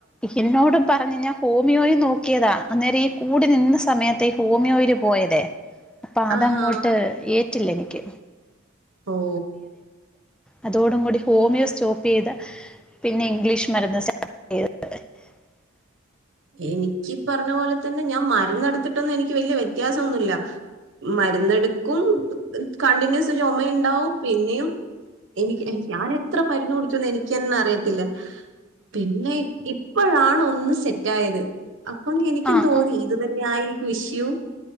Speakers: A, in the centre; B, on the right (about 65°).
A: എന്നോടും പറഞ്ഞ്. ഞാൻ ഹോമിയോയും നോക്കിയതാ. അന്നേരം ഈ കൂടി നിന്ന സമയത്താ ഈ ഹോമിയോല് പോയതെ. അപ്പൊ അതങ്ങോട്ട്
B: ആഹാ
A: ഏ റ്റില്ലെനിക്ക്.
B: ഓഹ്
A: അതോടും കൂടി ഹോമിയോ സ്റ്റോപ്പ് ചെയ്ത് പിന്നെ ഇംഗ്ലീഷ് മര്ന്ന് സ്റ്റാ <unintelligible>
B: എനിക്കീ പറഞ്ഞ പോലെ തന്നെ ഞാൻ മര്ന്നെട്ത്തിട്ടൊന്നു എനിക്ക് വല്യ വ്യത്യാസൊന്നുല്ല. മര്ന്നെടുക്കും കണ്ടിന്യൂസ് ചൊമയ്ണ്ടാവും പിന്നെയും എനിക്ക് എനിക്ക് ഞാനെത്ര മരുന്ന് കുടിച്ചുന്ന് എനിക്കന്നെ അറിയത്തില്ല. പിന്നെ ഇപ്പഴാണ് ഒന്ന് സെറ്റായത്. അപ്പം എനിക്കും
A: ആ ആ
B: തോന്നി
A: ആ
B: ഇത് തന്നെ ആയിരിക്കും ഇഷ്യു.